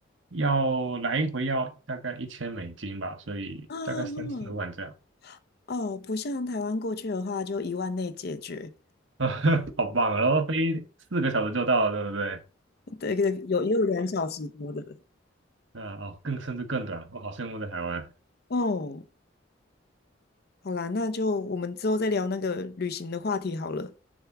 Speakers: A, on the right; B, on the left.
A: 要来一回要大概一千美金吧，所以大概三多万这样，
B: <laughs> 嗯嗯哦，不像台湾过去的话，就一万内解决。
A: <laughs> 好棒啊！然后飞四个小时就到了，对不对？
B: 对对，有也有两小时多的。
A: 啊哦，更甚至更短，我好羡慕在台湾。
B: 哦，好啦，那就我们之后再聊那个旅行的话题好了。